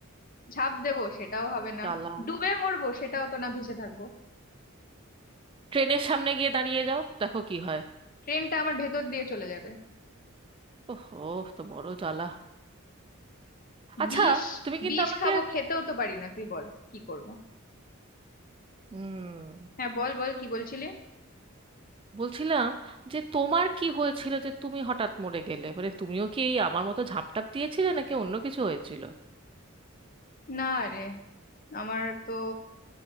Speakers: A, on the left; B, on the right.
A: ঝাঁপ দেবো সেটাও হবে না
B: জ্বালা
A: ডুবে মরবো সেটাও তো না ভেসে থাকবো
B: ট্রেনের সামনে গিয়ে দাঁড়িয়ে যাও দেখো কি হয়
A: ট্রেনটা আমার ভেতর দিয়ে চলে যাবে
B: ওহ ও তো বড় জ্বালা আচ্ছা
A: বিষ
B: তুমি কিন্তু
A: বিষ
B: আমাকে
A: খাবো খেতেও তো পারি না তুই বল কি করব
B: হুম
A: হ্যাঁ বল বল কি বলছিলি
B: বলছিলাম যে তোমার কি হয়েছিল যে তুমি হঠাৎ মরে গেলে মানে তুমিও কি এই আমার মতো ঝাঁপটাপ দিয়েছিলে নাকি অন্য কিছু হয়েছিল
A: না রে আমার তো